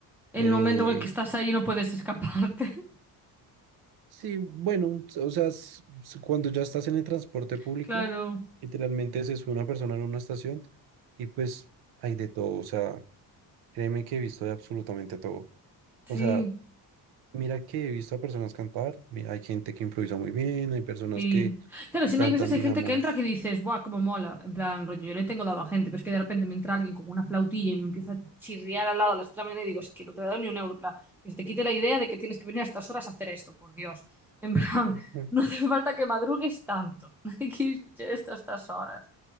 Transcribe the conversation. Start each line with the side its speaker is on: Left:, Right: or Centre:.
Centre: El
Right: eh,
Centre: momento en el que estás ahí no puedes escaparte.
Right: Sí, bueno, o sea, s- s- cuando ya estás en el transporte
Centre: <laughs>
Right: público,
Centre: Claro,
Right: literalmente se sube una persona en una estación y pues hay de todo, o sea, créeme que he visto de absolutamente todo.
Centre: sí.
Right: O sea, mira que he visto a personas cantar, mi- hay gente que improvisa muy bien, hay personas
Centre: Sí.
Right: que
Centre: Claro, si
Right: cantan,
Centre: no hay veces hay
Right: digamos,
Centre: gente que entra que dices, ¡buah, cómo mola! En plan, rollo, yo le tengo dado a gente, pero es que de repente me entra alguien con una flautilla y me empieza a chirriar al lado a las tres de la mañana y digo, es que no te he dado ni un euro, en plan, que se te quite la idea de que tienes que venir a estas horas a hacer esto, por Dios. En plan,
Right: ujú,
Centre: <laughs> no hace falta que madrugues tanto. <laughs> Nadie quiere escuchar esto a estas horas.